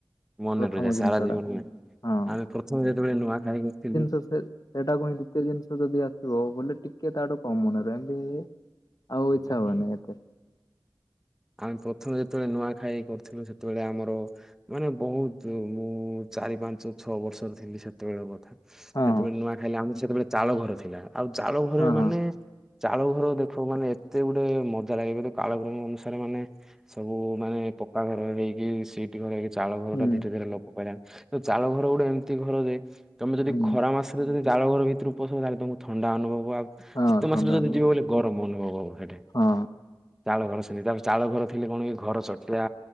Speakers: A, in the centre; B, on the left.
A: ମନେ
B: ପ୍ରଥମ
A: ରହିଯାଏ ସାରା
B: ଜିନିଷ
A: ଜୀବନ
B: ଟା
A: ପାଇଁ
B: ହଁ
A: ଆମେ ପ୍ରଥମେ ଯେତେବେଳେ ନୂଆଖାଇ କରିଥିଲୁ
B: ତ ସେ ସେଇଟାକୁ ହିଁ ଦ୍ଵିତୀୟ ଜିନିଷ ଯଦି ଆସିବ ବୋଲେ ଟିକେ ତାଠୁ କମ ମନରେ ଏମିତି
A: କରିଥିଲୁ
B: ଆଉ ଇଚ୍ଛା ହବନି ଏତେ
A: ଆମେ ପ୍ରଥମେ ଯେତେବେଳେ ନୂଆଖାଇ କରିଥିଲୁ ସେତେବେଳେ ଆମର ମାନେ ବହୁତୁ ମୁଁ ଚାରି, ପାଞ୍ଚ, ଛଅ ବର୍ଷର ଥିଲି ସେ ତବେଳ କଥା
B: ହଁ
A: ସେତେବେଳେ ନୂଆ ଖାଇଲେ ଆମର ସେତେବେଳେ ଚାଉଳ ଘର ଥିଲା ଆଉ ଚାଉଳ ଘରେ
B: ହଁ
A: ମାନେ
B: ହଁ
A: ଚାଳ ଘର ଦେଖ ମାନେ ଏତେ ଗୋଟେ ମଜା ଲାଗେ <unintelligible> କାଳକ୍ରମ ଅନୁସାରେ ମାନେ ସବୁ ମାନେ ପକାଘର ହେଇକି ସି ଟି ଘର ଇଏ ଚାଳ ଘର
B: ହୁଁ
A: ଟା ଧୀରେ ଧୀରେ ଲୋପ ପାଇଲାଣି ଏ ଚାଳ ଘର ଗୋଟେ ଏମିତି ଘର ଜେ ତମେ ଯଦି
B: ହୁଁ
A: ଖରା ମାସରେ ଯଦି ଜାଳଘର ଭିତରକୁ ପଶିବ ତାହେଲେ ତମକୁ ଥଣ୍ଡା ଅନୁଭବ ଆଉ
B: ହଁ
A: ଶୀତ
B: ଥଣ୍ଡା
A: ମାସରେ ଯଦି
B: ଅନୁଭବ
A: ଯିବ ବୋଲେ ଗରମ ଅନୁଭବ ହବ ହେଟି।
B: ହଁ
A: ଚାଳ ଘର ସେମିତି ଆଉ ଚାଳ ଘର ଥିଲେ କଣ କି ଘର ଚଟିଆ